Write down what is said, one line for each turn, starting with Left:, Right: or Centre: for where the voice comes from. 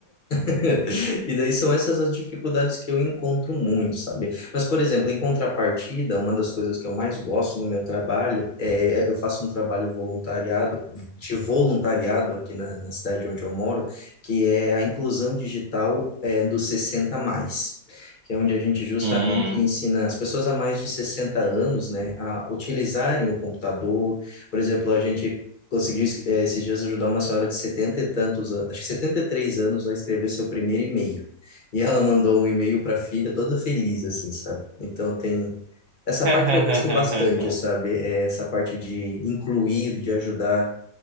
Left: <laughs> E daí são essas as dificuldades que eu encontro muito, sabe? Mas, por exemplo, em contrapartida, uma das coisas que eu mais gosto no meu trabalho é eu faço um trabalho voluntariado, de voluntariado aqui na, na cidade onde eu moro, que é a inclusão digital é, dos 60 mais. Que é onde a gente justamente
Right: um. Hum.
Left: ensina as pessoas a mais de 60 anos, né, a utilizarem o computador. Por exemplo, a gente conseguiu é, esses dias ajudar uma senhora de setenta e tantos anos, acho que 73 anos, a escrever seu primeiro e-mail. E ela mandou um e-mail para a filha toda feliz, assim, sabe? Então tem essa
Right: <laughs>
Left: parte que eu gosto bastante, sabe? É essa parte de incluir, de ajudar.